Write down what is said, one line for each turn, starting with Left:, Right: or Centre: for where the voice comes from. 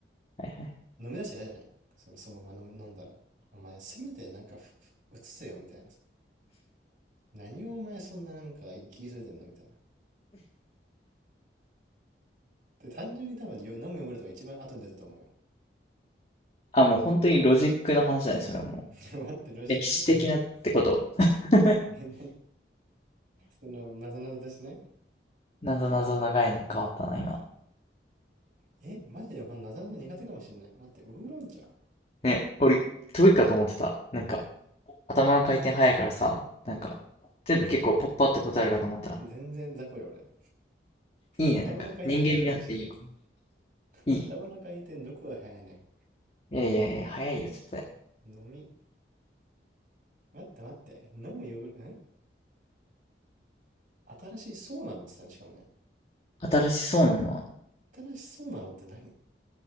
Left: はいはい
Right: 飲み出してないじゃないそのそのまま飲飲んだら。お前、せめてなんかうつせよみたいなさ。何をお前そんななんか気急いでんのみたいな。で、単純に多分飲むヨーグルトが一番後に出てると思うよ。
Left: あ、もう本当にロジックの話だね、それはもう。
Right: <laughs> 待って、ロジックしか、
Left: 歴史的なってこと。<laughs>
Right: え、なにその、なぞなぞですね。
Left: なぞなぞの概念変わったな、今。
Right: え、マジでほんなぞなぞ苦手かもしんない。待って、ウーロン茶ん
Left: ね、俺、得意かと思ってた。なんか、頭の回転早いからさ、なんか、
Right: うん。
Left: 全部結構パッパって答えるかと思ったら、
Right: え、全然雑魚よ、俺。
Left: いいね、
Right: 頭の回転速くないし。
Left: なんか、人間味あっていいわ。いい。
Right: 頭の回転どこが速いね。
Left: いやいやいや、早いよ、絶対。
Right: 飲み。待って待って。飲むヨーグルト、ん新しいそうなのって言ったね、しかもね。
Left: 新しそうなのは、
Right: 新しそうなのって何